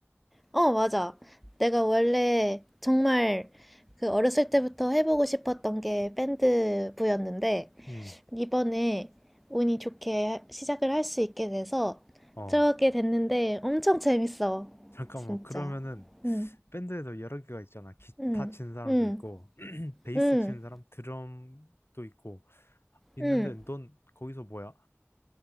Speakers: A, in the centre; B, on the left.
A: 어, 맞아. 내가 원래 정말 그 어렸을 때부터 해보고 싶었던 게 밴드부였는데
B: 응.
A: 이번에 운이 좋게 시작을 할 수 있게 돼서
B: 어,
A: 들어가게 됐는데 엄청 재밌어.
B: 잠깐만.
A: 진짜.
B: 그러면은
A: 음,
B: 밴드에도 여러 개가 있잖아. 기타
A: 음,
B: 친 사람도
A: 음,
B: 있고, <clears throat> 베이스
A: 음,
B: 친 사람, 드럼도 있고 있는데
A: 음.
B: 넌 거기서 뭐야?